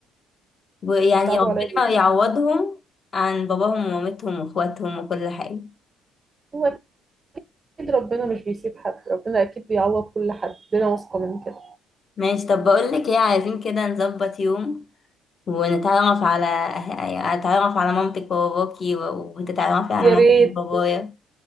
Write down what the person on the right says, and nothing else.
صعبوا
عليا جدا
هو اكيد ربنا مش بيسيب حد ربنا اكيد بيعوض كل حد ده انا واثقة من كده
يا
ريت